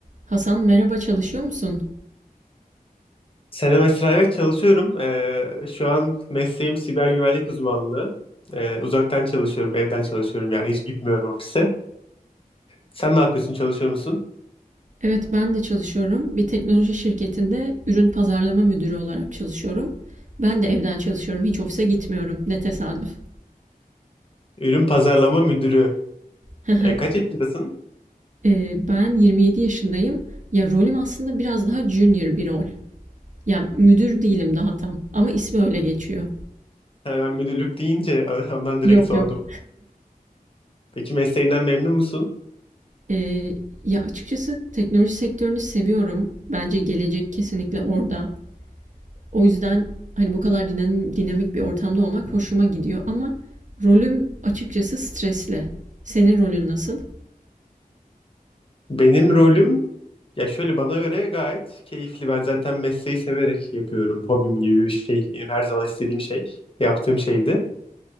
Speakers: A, on the right; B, on the left.
A: Hasan merhaba çalışıyor musun?
B: Selam Esra, evet çalışıyorum. Ee, şu an mesleğim siber güvenlik uzmanlığı. Ee, uzaktan çalışıyorum, evden çalışıyorum yani hiç gitmiyorum ofise. Sen ne yapıyorsun, çalışıyor musun?
A: Evet ben de çalışıyorum. Bir teknoloji şirketinde ürün pazarlama müdürü olarak çalışıyorum. Ben de evden çalışıyorum. Hiç ofise gitmiyorum. Ne tesadüf.
B: Ürün pazarlama müdürü.
A: <laughs>
B: Ee, kaç yaşındasın?
A: Ee, ben 27 yaşındayım. Ya rolüm aslında biraz daha junior bir rol. Yani müdür değilim daha tam. Ama ismi öyle geçiyor.
B: Ha, ben müdürlük deyince <laughs> ondan direkt
A: Yok
B: sordum.
A: yok.
B: Peki mesleğinden memnun musun?
A: Ee, ya açıkçası teknoloji sektörünü seviyorum. Bence gelecek kesinlikle orada. O yüzden hani bu kadar dinamik bir ortamda olmak hoşuma gidiyor ama rolüm açıkçası stresli. Senin rolün nasıl?
B: Benim rolüm, ya şöyle bana göre gayet keyifli. Ben zaten mesleği severek yapıyorum. Hobim gibi bir şey. Benim her zaman istediğim şey, yaptığım şeydi.